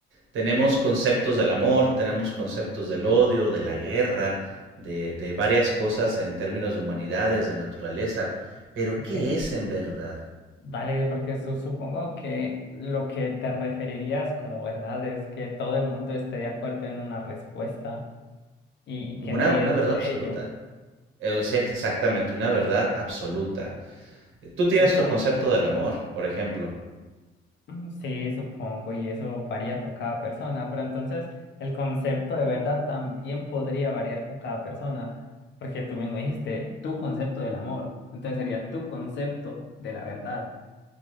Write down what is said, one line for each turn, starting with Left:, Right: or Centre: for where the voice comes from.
Right: Tenemos conceptos del amor, tenemos conceptos del odio, de la guerra, de, de varias cosas en términos de humanidades, de naturaleza. Pero
Left: Ok,
Right: ¿qué es en verdad?
Left: dale, porque su- supongo que lo que te referirías como verdad es que todo el mundo esté de acuerdo en una respuesta y, y
Right: Como
Left: que
Right: una,
Left: nadie
Right: una
Left: dude
Right: verdad
Left: de
Right: absoluta.
Left: ello.
Right: Es exactamente una verdad absoluta. Tú tienes
Left: Dale,
Right: tu concepto del amor, por ejemplo.
Left: Mm, Sí, supongo, y eso varía con cada persona, pero entonces el concepto de verdad también podría variar con cada persona, porque tú mismo dijiste tu concepto del amor, entonces sería tu concepto de la verdad.